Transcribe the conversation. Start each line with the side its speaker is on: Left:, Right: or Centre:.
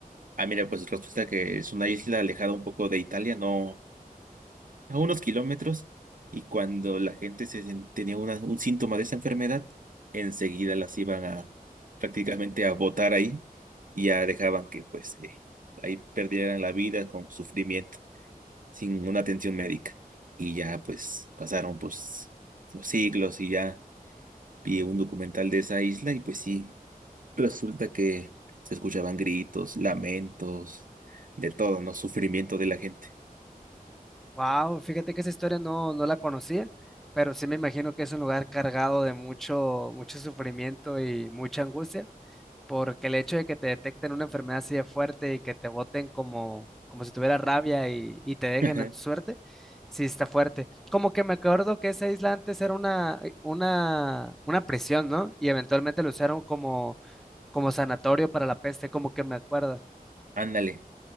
Right: Ah, mira, pues resulta que es una isla alejada un poco de Italia, no, a unos kilómetros, y cuando la gente se, sen- tenía una- un síntoma de esa enfermedad, enseguida las iban a prácticamente a botar ahí y ya dejaban que pues eh, ahí perdieran la vida con sufrimiento, sin una atención médica. Y ya pues pasaron pues los siglos y ya vi un documental de esa isla y pues sí. Resulta que se escuchaban gritos, lamentos, de todo, ¿no? Sufrimiento de la gente.
Centre: Wow, fíjate que esa historia no, no la conocía, pero sí me imagino que es un lugar cargado de mucho, mucho sufrimiento y mucha angustia. porque el hecho de que te detecten una enfermedad así de fuerte y que te boten como, como si tuviera rabia y, y te dejen
Right: <laughs> Ajá.
Centre: a tu suerte, sí está fuerte. Como que me acuerdo que esa isla antes era una, una, una prisión, ¿no? Y eventualmente lo usaron como, como sanatorio para la peste, como que me acuerdo.
Right: Ándale.